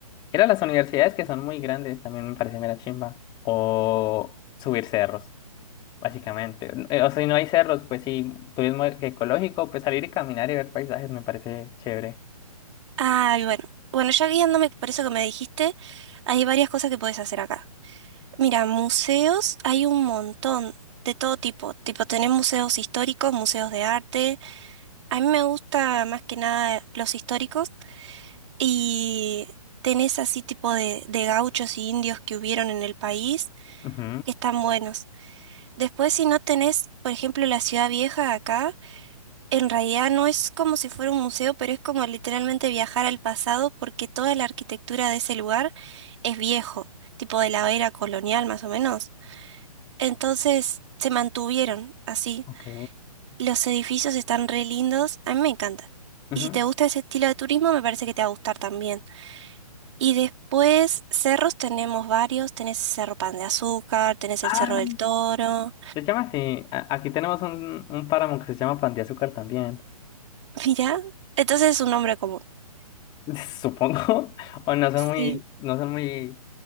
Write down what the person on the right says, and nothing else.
Ay, bueno. Bueno, ya guiándome por eso que me dijiste, hay varias cosas que puedes hacer acá. Mira, museos hay un montón de todo tipo. Tipo, tenés museos históricos, museos de arte. A mí me gusta más que nada los históricos. Y tenés así tipo de, de gauchos y indios que hubieron en el país,
que están buenos. Después, si no tenés, por ejemplo, la ciudad vieja acá. En realidad no es como si fuera un museo, pero es como literalmente viajar al pasado porque toda la arquitectura de ese lugar es viejo, tipo de la era colonial más o menos. Entonces se mantuvieron así.
Los edificios están re lindos, a mí me encanta.
Y si te gusta ese estilo de turismo, me parece que te va a gustar también. Y después, cerros tenemos varios, tenés el Cerro Pan de Azúcar, tenés el
Cerro del Toro.
<laughs> Mira, entonces es un nombre común.
Sí.